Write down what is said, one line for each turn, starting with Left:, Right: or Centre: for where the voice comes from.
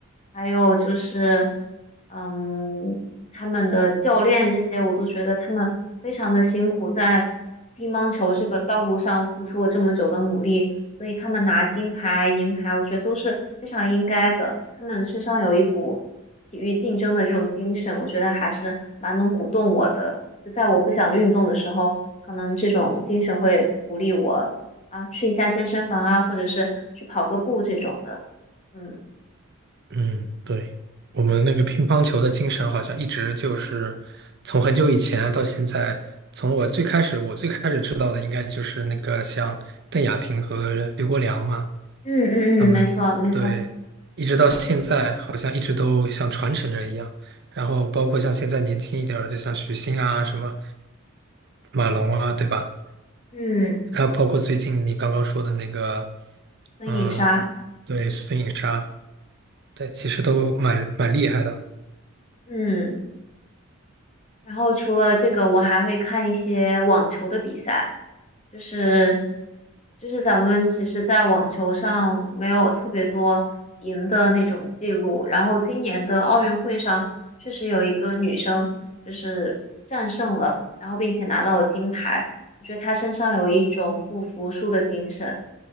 Left: 还有就是，嗯，他们的教练这些，我都觉得他们非常的辛苦，在乒乓球这个道路上付出了这么久的努力，所以他们拿金牌、银牌，我觉得都是非常应该的。他们身上有一股体育竞争的这种精神，我觉得还是蛮能鼓动我的。就在我不想运动的时候，可能这种精神会鼓励我啊，去一下健身房啊，或者是去跑个步这种的。嗯。
Right: 嗯，对，我们那个乒乓球的精神好像一直就是从很久以前到现在，从我最开始我最开始知道的应该就是那个像邓亚萍和刘国梁嘛，
Left: 嗯嗯嗯，
Right: 他们对，
Left: 没错没错，
Right: 一直到现在好像一直都像传承着一样，然后包括像现在年轻一点儿的，就像许昕啊、什么马龙啊，对吧？
Left: 嗯，
Right: 还有包括最近你刚刚说的那个，
Left: 灯影杀，
Right: 嗯，对，孙颖莎，对，其实都蛮蛮厉害的。
Left: 嗯，然后除了这个，我还会看一些网球的比赛，就是就是咱们其实，在网球上没有特别多赢的那种记录，然后今年的奥运会上确实有一个女生就是战胜了，然后并且拿到了金牌，我觉得她身上有一种不服输的精神。